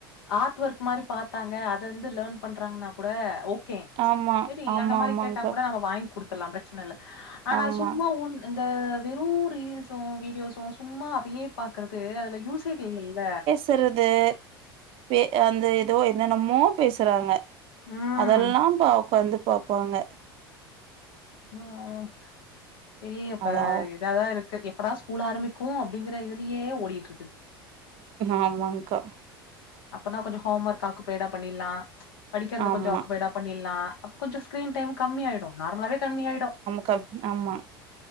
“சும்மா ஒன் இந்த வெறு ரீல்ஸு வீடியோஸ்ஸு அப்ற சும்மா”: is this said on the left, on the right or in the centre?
Left